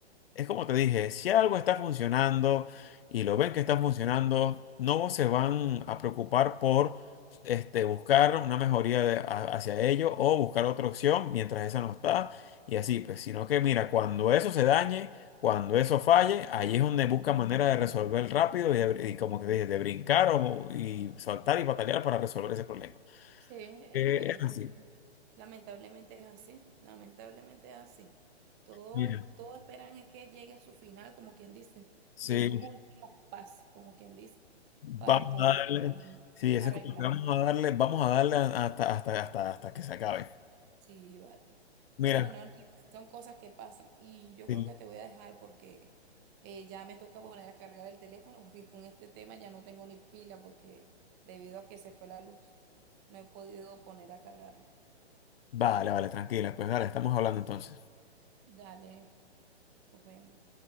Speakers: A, on the left; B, on the right.
A: Es como te dije, si algo está funcionando y lo ven que está funcionando, no se van a preocupar por este, buscar una mejoría de- a- hacia ello o buscar otra opción mientras esa no está y así, pues, sino que mira, cuando eso se dañe, cuando eso falle, ahí es donde busca manera de resolver rápido y, de- y como te dije, de brincar o, y saltar y batallar para resolver ese problema.
B: Sí, es
A: Eh,
B: que,
A: es
B: es que
A: así.
B: no. lamentablemente es así, lamentablemente es así. Todo,
A: Mira.
B: todo esperan es que llegue a su final, como quien dice,
A: Sí.
B: de sus últimos pasos, como quien dice,
A: Vamos
B: para poder
A: a darle,
B: mm,
A: sí, ese
B: arreglar.
A: es como que vamos a darle, vamos a darle a- hasta, hasta, hasta, hasta que se acabe.
B: Sí, vale.
A: Mira,
B: Pero bueno, Enrique, son cosas que pasan y yo
A: sí,
B: creo que te voy a dejar porque eh, ya me toca poner a cargar el teléfono <laughs> porque con este tema ya no tengo ni pila porque debido a que se fue la luz, no he podido poner a cargarlo.
A: vale, vale, tranquila, pues dale, estamos hablando entonces.
B: Dale, nos vemos.